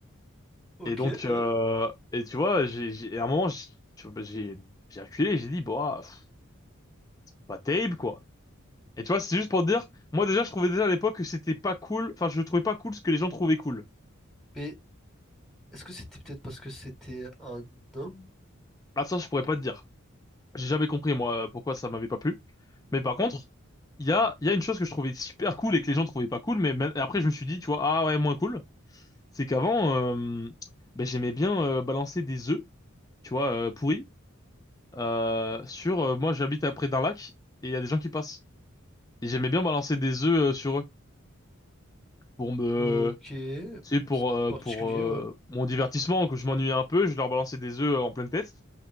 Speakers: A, in the centre; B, on the left.
A: Ok,
B: Et donc,
A: ouais.
B: euh, et tu vois, j'ai, j'ai- et à un moment, j'ai tu vois, j'ai j'ai reculé, j'ai dit, bah, pff, pas terrible, quoi. Et tu vois, c'est juste pour te dire, moi déjà, je trouvais déjà à l'époque que c'était pas cool, enfin, je trouvais pas cool ce que les gens trouvaient cool.
A: Mais est-ce que c'était peut-être parce que c'était un homme?
B: Ah, ça, je pourrais pas te dire. J'ai jamais compris, moi, pourquoi ça m'avait pas plu. Mais par contre, il y a, il y a une chose que je trouvais super cool et que les gens trouvaient pas cool, mais même- après, je me suis dit, tu vois, ah ouais, moins cool, c'est qu'avant, euh, ben, j'aimais bien euh, balancer des œufs, tu vois, euh, pourris, euh, sur, euh, moi, j'habite à près d'un lac, et il y a des gens qui passent. Et j'aimais bien balancer des œufs euh, sur eux pour me,
A: Ok. C'est
B: tu sais, pour euh,
A: particulier,
B: pour euh,
A: ouais.
B: mon divertissement, que je m'ennuyais un peu, je leur balançais des œufs euh, en pleine tête